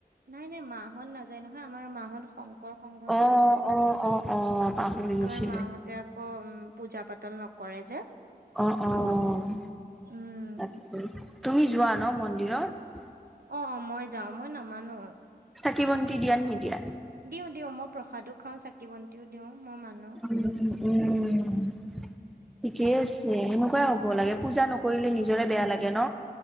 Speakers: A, on the right; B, in the centre.
A: নাই-নাই মাহত নাযায় নহয় আমাৰ মাহত সংক শঙ্কৰ সংঘৰ
B: অ'
A: নহয় জানো?
B: অ' অ' অ' পাহৰি গৈছিলো
A: আমাৰ মাহতে আকৌ উম' পূজা পাতল নকৰে যে।
B: অ'-অ',
A: উম।
B: তকেটো, তুমি যোৱা ন মন্দিৰত?
A: অ'-অ', মই যাও, মই নামানো।
B: চাকি-বন্তি দিয়া নিদিয়া?
A: দিওঁ দিওঁ মই প্ৰসাদো খাওঁ চাকি বন্তিও দিওঁ মই মানো।
B: উম'-উম'-উম', ঠিকে আছে। হেনেকুৱাই হ'ব লাগে
A: উম
B: পূজা নকৰিলে নিজৰে বেয়া লাগে ন?